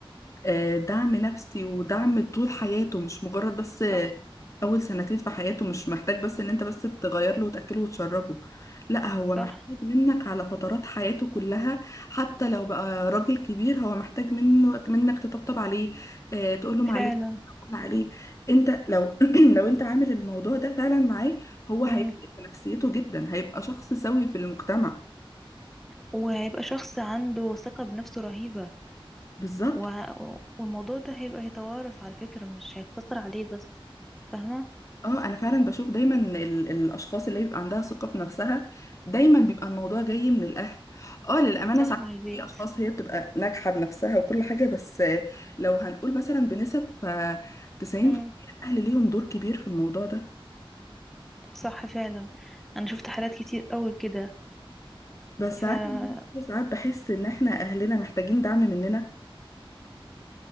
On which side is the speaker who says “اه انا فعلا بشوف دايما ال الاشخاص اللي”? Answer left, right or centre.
Left